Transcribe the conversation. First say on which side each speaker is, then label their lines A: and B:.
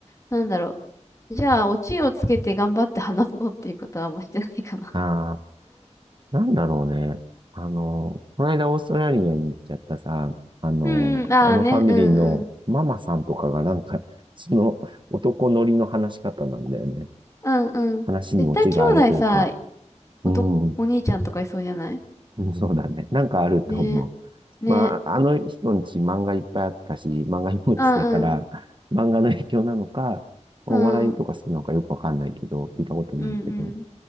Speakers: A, on the left; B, on the right.
A: なんだろう。じゃあ、オチをつけて頑張って話そうっていうことはあんましてないかな。
B: ああ。なんだろうね。あの、この間オーストラリアに行っちゃったさ、
A: <laughs>
B: あの、
A: うんうん、ああね、
B: あのファミリーのママさんとかがなんか、
A: うんうん。
B: <laughs> その男乗りの話し方なんだよね。
A: うんうん。
B: 話にオチがあるというか、
A: 絶対兄弟さ、おと、
B: うん、
A: お兄ちゃんとかいそうじゃない
B: うんそうだね。なんかあると思う。
A: ね、ね、
B: まあ、あの人んち漫画いっぱいあったし、漫画読むって言ってたから、
A: あ、うん、
B: 漫画の影響なのか、お笑いとかするのかよくわかんないけど、
A: うん、
B: 聞いたことないけど、
A: うんうん。